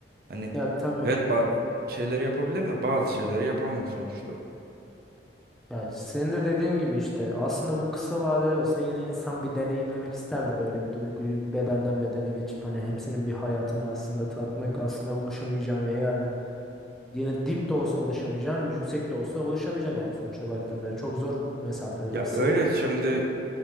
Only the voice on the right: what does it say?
Hani
evet ba- şeyleri yapabilirim de bazı şeyleri yapamam sonuçta.
Ya
öyle şimdi